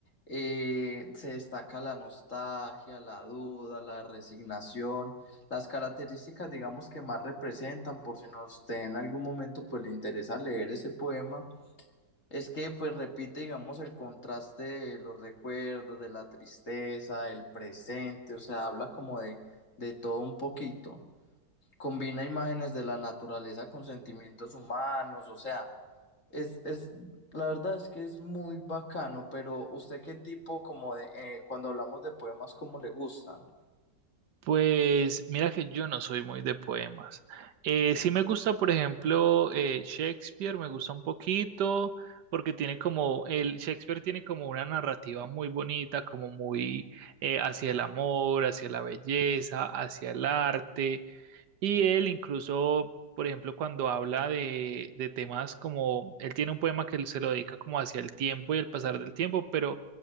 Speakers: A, on the left (about 45°); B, on the right (about 75°).
A: eh, se destaca la nostalgia, la duda, la resignación, las características, digamos, que más representan, por si no usted en algún momento pues le interesa leer ese poema, es que pues repite, digamos, el contraste de los recuerdos, de la tristeza, el presente, o sea, habla como de, de todo un poquito. Combina imágenes de la naturaleza con sentimientos humanos, o sea, es, es, la verdad es que es muy bacano, pero ¿usted qué tipo como de, eh, cuando hablamos de poemas, cómo le gustan?
B: Pues mira que yo no soy muy de poemas. Eh, sí me gusta, por ejemplo, eh, Shakespeare, me gusta un poquito, porque tiene como, el Shakespeare tiene como una narrativa muy bonita, como muy eh, hacia el amor, hacia la belleza, hacia el arte. Y él incluso, por ejemplo, cuando habla de, de temas como, él tiene un poema que él se lo dedica como hacia el tiempo y el pasar del tiempo, pero